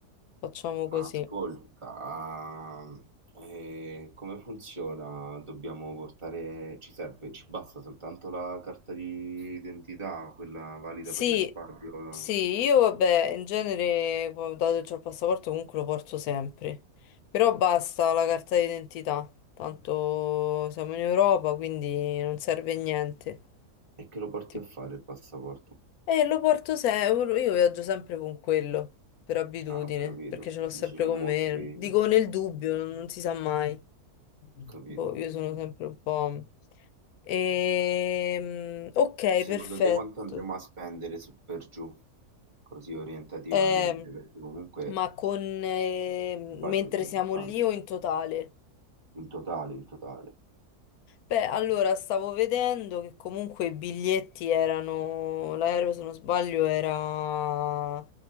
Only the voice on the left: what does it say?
Facciamo
così.
Sì,
sì, io vabbè, in genere, poi, dato che ho il passaporto, comunque lo porto sempre. Però basta
la carta d'identità, tanto siamo in Europa, quindi non serve niente.
Tipo-
E lo porto sempre, io viaggio sempre con quello, per abitudine,
perché ce l'ho
sempre
con
me. Dico nel dubbio, non, non si sa mai.
Boh, io sono sempre un po'... Ehm, Ok,
perfetto.
Eh,
ma con eh,
mentre
siamo lì o in totale?
Beh, allora stavo vedendo che comunque i biglietti erano, l'aereo se non sbaglio era